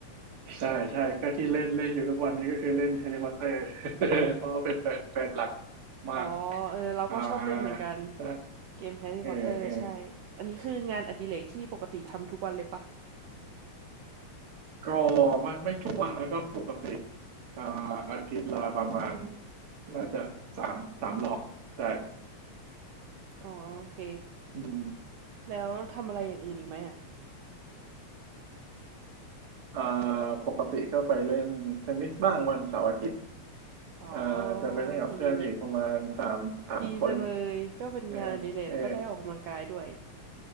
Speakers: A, on the right; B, on the right.
A: ใช่ใช่ก็ที่เล่นเล่นอยู่ทุกวันนี้ก็คือเล่น Harry Potter <laughs> เพราะว่าเป็นแฟนแฟนหลักมาก
B: อ๋อเออเราก็ชอบเล่นเหมือนกัน
A: อ่าใช่
B: เกม Harry
A: เออเออ
B: Potter ใช่อันนี้คืองานอดิเรกที่ปกติทำทุกวันเลยปะ
A: ก็ไม่ไม่ทุกวันแล้วก็ปกติอ่าอาทิตย์ละประมาณน่าจะสามสามรอบได้
B: อ๋อโอเค
A: อืม
B: แล้วทำอะไรอย่างอื่นอีกไหมอ่ะ
A: เอ่อปกติก็ไปเล่นเทนนิสบ้างวันเสาร์อาทิตย์
B: อ๋อ
A: เอ่อจะไปเล่นกับเพื่อนอีกประมาณสามสามคน
B: ดี ดีจังเลยก็เป็นงานอดิเรกแล้วก็ได้ออกกำลังกายด้วย
A: เออเออ